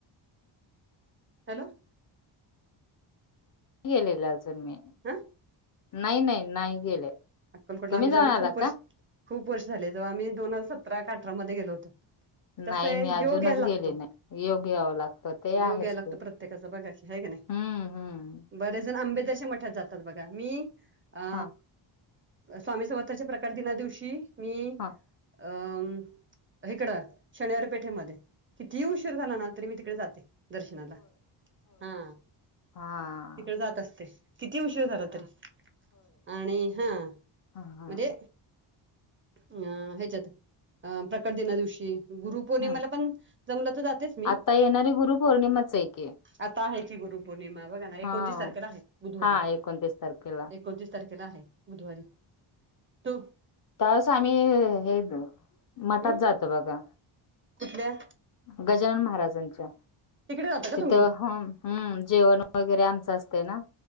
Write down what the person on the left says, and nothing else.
केलेला सल मी.
नाही, नाही, नाही गेले.
तुम्ही
आला
का?
नाही
मी अजूनच
गेले नाही. योग यावं लागतं ते आहेच
की.
हम्म हम्म.
हां
हां.
हा.
हा, हा.
हं.
आता येणारी गुरुपौर्णिमाच आहे की.
हां.
हां. एकोणतीस तारखेला.
त्यावस आम्ही हे मठात
जातो बघा.
गजानन महाराजांच्या
तिथं
हा हम्म, जेवण वगैरे आमचं असते ना.